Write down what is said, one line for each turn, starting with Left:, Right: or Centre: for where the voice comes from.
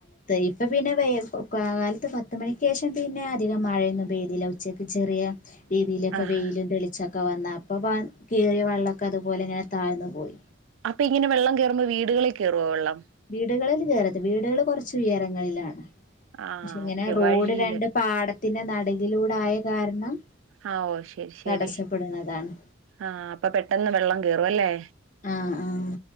Left: ഇപ്പം പിന്നെ വ കാലത്ത് പത്ത് മണിക്ക് ശേഷം പിന്നെ അധികം മഴയൊന്നും പെയ്തില്ല ഉച്ചയ്ക്ക് ചെറിയ രീതിയിലൊക്കെ
Right: ആഹാ
Left: വെയിലും തെളിച്ചൊ ഒക്കെ വന്ന അപ്പൊ കയറിയ വെള്ളക്കെ അതുപോലെ ഇങ്ങന താഴന്ന് പോയി
Right: അപ്പൊ ഇങ്ങനെ വെള്ളം കയുമ്പോ വീടുകളിൽ കയറുവോ വെള്ളം
Left: വീടുകളിൽ കേയറത്ത് വീടുകൾ കുറച്ച് ഉയരങ്ങളിലാണ്
Right: ആഹ്
Left: പക്ഷെ ഇങ്ങനെ
Right: ഓക്കെ
Left: റോഡ്
Right: വഴിയില്
Left: രണ്ട് പാടത്തിന്റെ നടുവിലൂടെയ കാരണം
Right: ആഹ് ഓ ശരി ശരി
Left: തടസ്സപ്പെടുന്നതാണ്
Right: ആഹ് അപ്പൊ പെട്ടെന്ന് വെള്ളം കേറും അല്ലേ
Left: ആഹ് ആഹ്